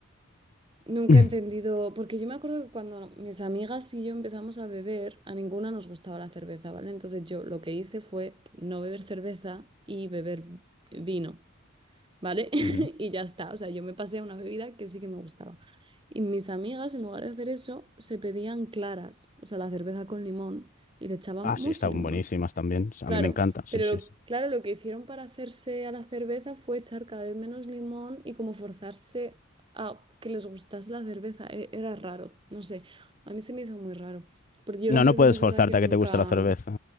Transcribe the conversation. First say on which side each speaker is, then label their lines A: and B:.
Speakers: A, on the right; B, on the left.
A: Nunca
B: <laughs>
A: he entendido, porque yo me acuerdo que cuando mis amigas y yo empezamos a beber, a ninguna nos gustaba la cerveza, ¿vale? Entonces yo lo que hice fue no beber cerveza y beber vino, ¿vale? <laughs>
B: Ujú.
A: Y ya está, o sea, yo me pasé a una bebida que sí que me gustaba. Y mis amigas, en lugar de hacer eso, se pedían claras, o sea, la cerveza con limón, y le echaban
B: Ah, sí,
A: mucho
B: están
A: limón.
B: buenísimas también. A
A: Claro,
B: mí me encanta, sí,
A: pero
B: sí,
A: lo-
B: sí.
A: claro, lo que hicieron para hacerse a la cerveza fue echar cada vez menos limón y como forzarse a que les gustase la cerveza. E- Era raro, no sé. A mí se me hizo muy raro. Porque yo
B: No,
A: la cerveza
B: no puedes
A: es
B: forzarte
A: verdad que nunca...
B: a que te guste la cerveza.